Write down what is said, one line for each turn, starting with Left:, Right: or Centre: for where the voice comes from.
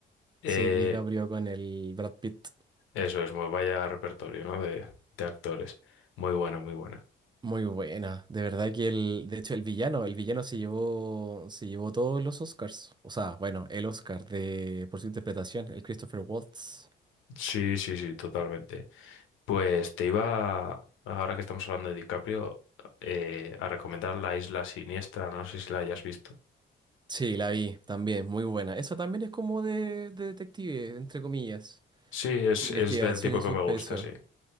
Left: Eh,
Right: Sí, DiCaprio con el Brad Pitt.
Left: eso es, muy vaya repertorio, ¿no? De, de actores. Muy buena, muy buena.
Right: Muy buena. De verdad que el, de hecho, el villano, el villano se llevó, se llevó todos los Oscars. O sea, bueno, el Oscar de, por su interpretación, el Christopher Waltz.
Left: Sí, sí, sí, totalmente. Pues te iba, ahora que estamos hablando de DiCaprio, eh, a recomendar La Isla Siniestra, no sé si la hayas visto.
Right: Sí, la vi también, muy buena. Eso también es como de, de detective, entre comillas.
Left: Sí, es,
Right: Investigación
Left: es del tipo
Right: y
Left: que
Right: suspenso.
Left: me gusta, sí.